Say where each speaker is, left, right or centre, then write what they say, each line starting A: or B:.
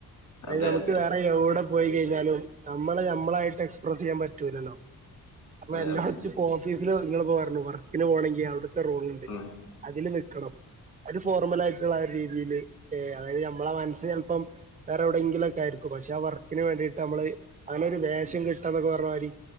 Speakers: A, on the right (about 20°); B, on the left (about 65°).
A: അത്
B: അതെ
A: നമുക്ക്
B: അതെ
A: വേറെ എവിടെ പോയി കഴിഞ്ഞാലും നമ്മളെ നമ്മളായിട്ട് എക്സ്പ്രസ് യ്യാൻ പറ്റൂലല്ലോ അപ്പ
B: അതെ
A: എല്ലാട്
B: അതെ
A: ഇപ്പൊ ഓഫീസില് നിങ്ങള്പ്പോ പറഞ്ഞു വർക്കിന് പോകേണെങ്കി അവിടുത്തെ റൂള്ണ്ട്
B: ഉം
A: അതില് നിക്കണം. ഒരു ഫോർമൽ ആയിട്ടുള്ള രീതിയില് ഏ അതായത് നമ്മളെ മനസ്സ് ചല്പ്പം വേറെ എവിടെയെങ്കിലുംക്ക ആയിരിക്കും പക്ഷെ ആഹ് വർക്കിന് വേണ്ടീട്ട് നമ്മള് അങ്ങനെ ഒരു വേഷം കെട്ടാ എന്നൊക്കെ പറഞ്ഞ മാതിരി.